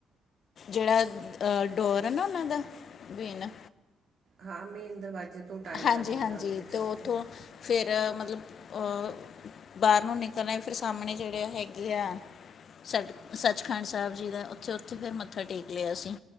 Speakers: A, on the left; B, on the right.
A: ਜਿਹੜਾ ਅ ਡੋਰ ਏ ਨਾ ਉਹਨਾਂ ਦਾ ਬੇਨ
B: ਹਾਂ, ਮੇਨ ਦਰਵਾਜ਼ੇ ਤੋਂ ਟਾਈਮ
A: ਹਾਂਜੀ,
B: ਲੱਗ ਜਾਂਦਾ
A: ਹਾਂਜੀ
B: ਅੰਦਰ
A: ਤੇ
B: ਜਾਂਦੇ
A: ਉੱਥੋਂ ਫਿਰ ਮਤਲਬ ਓ ਬਾਰ ਨੂੰ ਨਿਕਲ ਆਈ ਫਿਰ ਸਾਹਮਣੇ ਜਿਹੜੇ ਹੈਗੇ ਆ ਸਟ ਸੱਚਖੰਡ ਸਾਹਿਬ ਜੀ ਦਾ, ਉੱਥੇ ਉੱਥੇ ਫਿਰ ਮੱਥਾ ਟੇਕ ਲਿਆ ਅਸੀਂ।